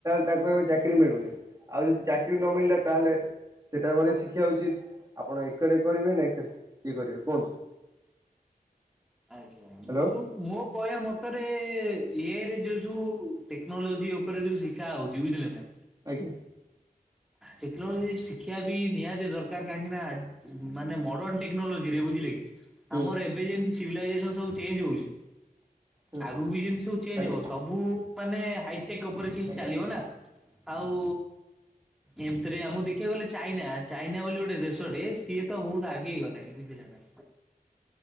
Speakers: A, on the right; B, in the centre.
A: ତାଙ୍କୁ ଏବେ ଚାକିରି ମିଳୁନି। ଆଉ ଯଦି ଚାକିରି ନ ମିଳିଲା ତାହେଲେ ସେଇଟା ବି ମଧ୍ୟ ଶିଖିବା ଉଚିତ୍ ଆପଣ ଏକରେ କରିବେ ନା ଏକରେ ଇଏ କରିବେ କୁହନ୍ତୁ।
B: ଆଜ୍ଞା ମୁଁ
A: ହ୍ୟାଲୋ
B: ମୋ କହିବା ମତରେ ଇରେ ଯୋଉ ଯୋଉ ଟେକ୍ନୋଲୋଜି ଉପରେ ଯୋଉ ଶିଖା ହଉଛି ବୁଝିଲେ ନା
A: ଆଜ୍ଞା।
B: ଟେକ୍ନୋଲୋଜି ଶିକ୍ଷିବା ବି ନିହାତି ଦରକାର। କାହିଁକି ନା ମାନେ ମଡର୍ଣ ଟେକନୋଲୋଜିରେ ବୁଝିଲେ କି
A: ହୁଁ
B: ଆମର ଏବେ ଯେମିତି ସିଭିଲାଇଜେସନ ସବୁ ଚେଞ୍ଜ ହେଉଚି
A: ହୁଁ
B: ଆଗକୁ ବି ଯମିତି ସବୁ ଚେଞ୍ଜ
A: ଆଜ୍ଞା
B: ହବ ସବୁ ମାନେ ହାଇଟେକ୍ ଅପରେସନ
A: ଆଜ୍ଞା
B: ଚାଲିବ ନା ଆଉ ଏମିତିରେ ଆମକୁ ଦେଖିବାକୁ ଗଲେ ଚାଇନା ଚାଇନା ବୋଲି ଗୋଟେ ଦେଶଟେ ସିଏ ତ ବହୁତ ଆଗେଇ ହେଇଗଲାଣି ବୁଝିଲ। <inaudible>